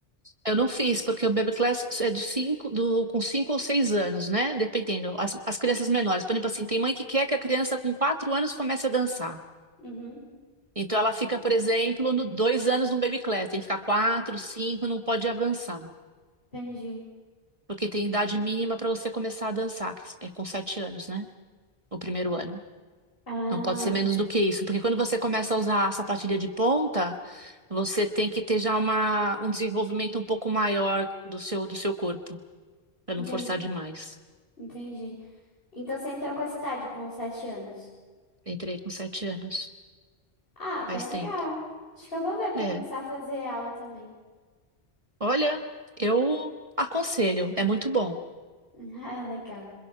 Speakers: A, on the right; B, on the left.
A: Eu não fiz, porque o Baby Class é de cinco, do, com 5 ou 6 anos, né? Dependendo. As, as crianças menores. Por exemplo, assim, tem mãe que quer que a criança com 4 anos comece a dançar.
B: Uhum,
A: Então, ela fica, por exemplo, no, dois anos no Baby Class. Tem que ficar 4, 5, não pode avançar.
B: entendi.
A: Porque tem idade mínima para você começar a dançar, que é com 7 anos, né? O primeiro ano.
B: Ah,
A: Não pode ser menos do que isso. Porque quando você começa a usar a sapatilha de ponta, você tem que ter já uma, um desenvolvimento um pouco maior do seu, do seu corpo, para
B: entendi,
A: não forçar demais.
B: entendi. Então você entrou com essa idade, com 7 anos.
A: Entrei com sete anos.
B: Ah, bem
A: Faz
B: legal.
A: tempo.
B: Acho que eu vou ver pra
A: É.
B: começar a fazer aula também.
A: Olha, eu aconselho, é muito bom.
B: <laughs> Ah, legal.